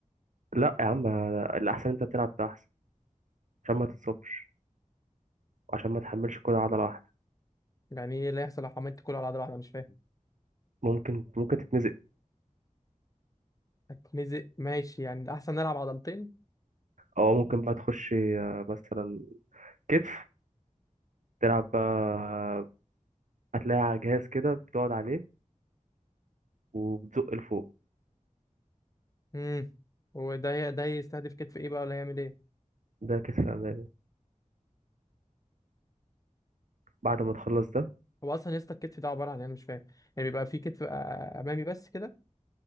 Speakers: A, on the right; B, on the left.
A: لا يا عم الاحسن انت تلعب ده احسن عشان ما تتصابش وعشان ما تحملش كل عضله واحده
B: يعني ايه اللي هيحصل لو عملت كله على عضله واحده مش فاهم
A: ممكن ممكن تتمزق
B: هتمزق ماشي يعني الاحسن نلعب عضلتين
A: او ممكن بقى تخش آه، مثلا كتف تلعب بقى هتلاقي على جهاز كده بتقعد عليه وبتزق لفوق
B: امم وده ي- ده يستهدف كتف ايه بقى ولا هيعمل ايه
A: ده كتف امامي بعد ما تخلص ده
B: هو اصلا يسطا الكتف ده عباره عن إيه؟ انا مش فاهم يعني بيبقى في كتف آه، امامي بس كده